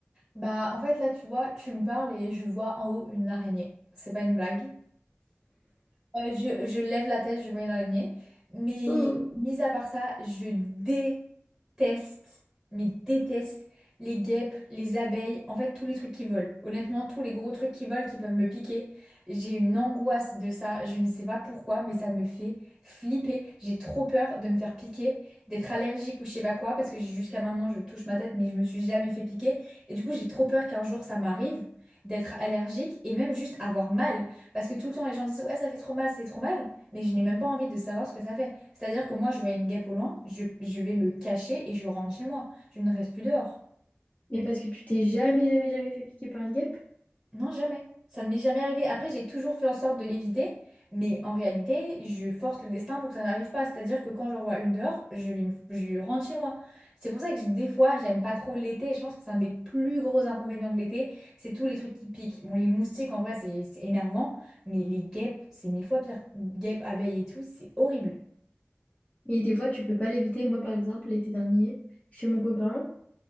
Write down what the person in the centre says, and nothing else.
Bah, en fait, là, tu vois, tu me parles et je vois en haut une araignée. C'est pas une blague. Euh, je, je lève la tête, je vois une araignée. Mais
mis à part ça, je déteste, mais déteste les guêpes, les abeilles, en fait tous les trucs qui volent. Honnêtement, tous les gros trucs qui volent qui peuvent me piquer. J'ai une angoisse de ça, je ne sais pas pourquoi, mais ça me fait flipper. J'ai trop peur de me faire piquer, d'être allergique ou je sais pas quoi, parce que jusqu'à maintenant je touche ma tête, mais je me suis jamais fait piquer. Et du coup, j'ai trop peur qu'un jour ça m'arrive d'être allergique et même juste avoir mal. Parce que tout le temps, les gens disent, ouais, ça fait trop mal, c'est trop mal, mais je n'ai même pas envie de savoir ce que ça fait. C'est-à-dire que moi, je vois une guêpe au loin, je, je vais me cacher et je rentre chez moi. Je ne reste plus dehors.
Non, jamais. Ça ne m'est jamais arrivé. Après, j'ai toujours fait en sorte de l'éviter, mais en réalité, je force le destin pour que ça n'arrive pas. C'est-à-dire que quand j'en vois une dehors, je, vais me- je rentre chez moi. C'est pour ça que je- des fois, j'aime pas trop l'été. Je pense que c'est un des plus gros inconvénients de l'été. C'est tous les trucs qui piquent. Bon, les moustiques, en vrai, c'est c'est énervant, mais les guêpes, c'est mille fois pire. Guêpes, abeilles et tout, c'est horrible.